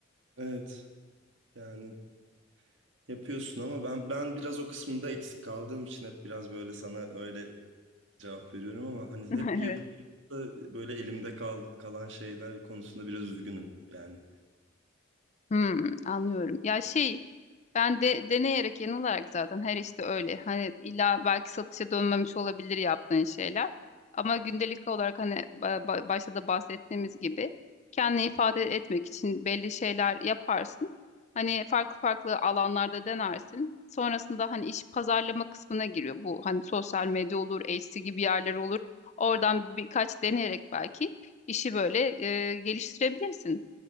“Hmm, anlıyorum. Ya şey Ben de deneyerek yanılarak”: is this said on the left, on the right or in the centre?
Left